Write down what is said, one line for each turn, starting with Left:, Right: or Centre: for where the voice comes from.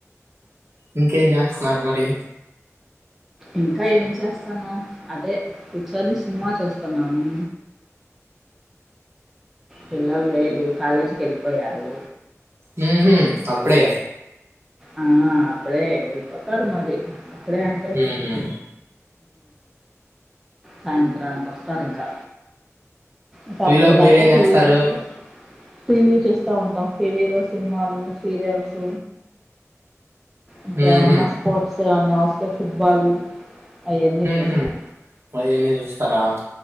Right: ఇంకేం చేస్తున్నారు మరి
Centre: ఇంకా ఏం చేస్తాను అదే కూర్చొని సినిమా చూస్తున్నాము పిల్లలు లేరు కాలేజీకి వెళ్ళిపోయారు
Right: హ అప్పుడే
Centre: ఆ అప్పుడే ఎలిపోతారు మారీ అప్పుడే అంటే
Right: హ్మ్.
Centre: సాయంత్రానికి వస్తారు ఇంకా ఇంకా అప్పుడు
Right: ఈలోపు
Centre: దాకా
Right: మీరేం
Centre: టీవీ
Right: చేస్తారు
Centre: చూస్తారు టీవీ చూస్తూ ఉంటాం టీవీలో సినిమాలు సీరియల్స్ ఇంకాేమన్నా
Right: మ్హూ,
Centre: స్పోర్ట్స్ ఇంకేమైనా వస్తే ఫుట్బాల్ అవన్నీ చూస్తాం
Right: మ్హూ. అవన్నీ చూస్తారా